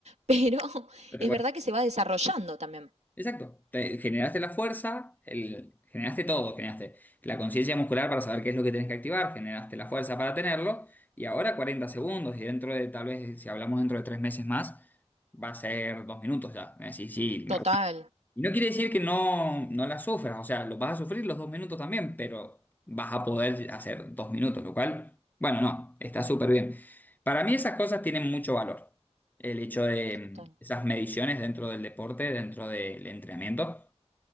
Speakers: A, on the right; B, on the left.
A: pero <laughs>
B: que
A: es
B: te puedes-
A: verdad que se va desarrollando también.
B: Exacto, Te- generaste la fuerza, el, generaste todo, generaste la conciencia muscular para saber qué es lo que tenés que activar, generaste la fuerza para tenerlo y ahora 40 segundos y dentro de, tal vez si hablamos dentro de tres meses más, va a ser dos minutos ya. Eh, Sí, sí,
A: Total,
B: Y no quiere decir que no, no la sufras, o sea, lo vas a sufrir los dos minutos también, pero vas a poder hacer dos minutos, lo cual, bueno, no, está súper bien. Para mí esas cosas tienen mucho valor, el hecho de
A: Total.
B: mm, esas mediciones dentro del deporte, dentro del entrenamiento,